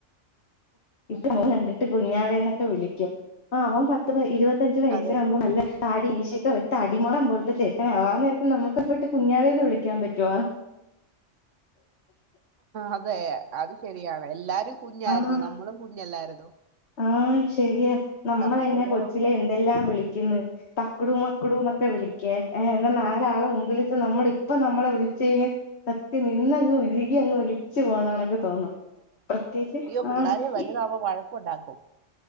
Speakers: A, on the left; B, on the right.
A: ഇപ്പമോൻ കണ്ടിട്ട് കുഞ്ഞാവേന്നൊക്കെ വിളിക്കും ആ അവൻ പത്ത് പ ഇരുപത്തി അത്തഞ്ചു വയസ
B: അതെ
A: ആകുമ്പ അല്ലടി താടീ മീശേം ചക്ക തടിമാളം പോലത്തെ ചേട്ടനെ ആവും ആനേരത്തു നമുക്ക്പ്പ ഇട്ട് കുഞ്ഞാവേന്ന് വിളിക്കാൻ പറ്റുവ
B: അതെ അത് ശരിയാണ് എല്ലാരും കുഞ്ഞായിരുന്നു
A: ആ
B: നമ്മളും കുഞ്ഞല്ലായിരുന്നു
A: ആഹ ശരിയാ നമ്മളന്നെ
B: അതുപോലെ
A: കൊച്ചിലെ
B: ഉള്ളു
A: എന്തെല്ലാം വി ളിക്കുന്നു തക്കുടു മക്കുടു എന്നൊക്കെ വിളിക്ക നാലാളെ മുമ്പിൽ വെച്ച് നമ്മളെ ഇപ്പം ഇപ്പൊ നമ്മളെ വിളിച്ചു കഴിഞ് സത്യം നിന്നങ്ങ് ഉരുകി അങ്ങ് ഒലിച്ചു പോണണൊക്കെ തോന്നും പ്രത്യേകിച്ച്
B: പിള്ളേർ
A: ആഹ്
B: വലുതാവുമ്പോ
A: ഇ
B: മഴ ക്കുണ്ടാക്കും